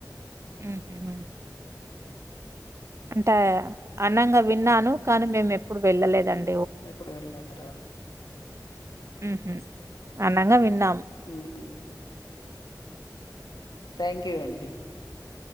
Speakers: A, on the right; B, on the left.
A: ఉహు అంటే అన్నంగా విన్నాను కానీ మేము ఎప్పుడు వెళ్ళలేదన్
B: ఇప్పుడు వెళ్ళార
A: ఉహు అన్నంగా విన్నాము
B: ఉహు థ్యాంక్ యూ అండి